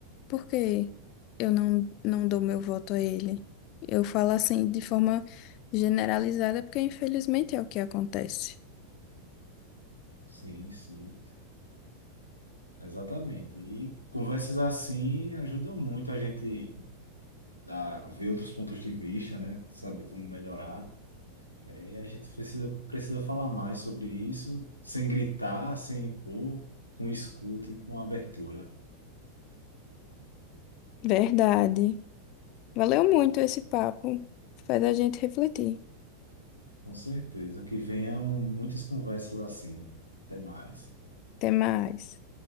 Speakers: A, on the left; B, on the left.
A: Por que eu não, não dou meu voto a ele? Eu falo assim de forma generalizada, porque infelizmente é o que acontece.
B: Sim, sim, exatamente. E conversas assim ajudam muito a gente a ver outros pontos de vista, né? Saber como melhorar. E aí a gente precisa, precisa falar mais sobre isso, sem gritar, sem impor, com escuta e com abertura.
A: Verdade. Valeu muito esse papo. Faz a gente refletir.
B: Com certeza que venham muitas conversas assim. Até mais.
A: Até mais.